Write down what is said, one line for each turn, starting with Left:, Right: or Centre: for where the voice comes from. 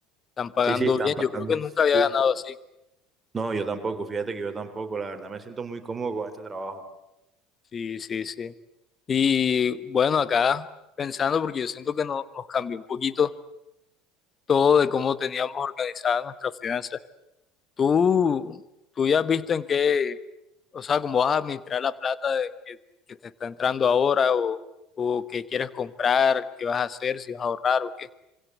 Left: Están pagando
Right: Sí, sí, están
Left: bien,
Right: pagando
Left: yo creo que nunca había
Right: full.
Left: ganado así.
Right: No, yo tampoco, fíjate que yo tampoco, la verdad me siento muy cómodo con este trabajo.
Left: Sí, sí, sí. Y bueno, acá pensando, porque yo siento que no- nos cambió un poquito todo de cómo teníamos organizadas nuestras finanzas. Tú, tú ya has visto en qué, o sea, cómo vas a administrar la plata de- que, que te está entrando ahora o, o qué quieres comprar, qué vas a hacer, si vas a ahorrar o qué.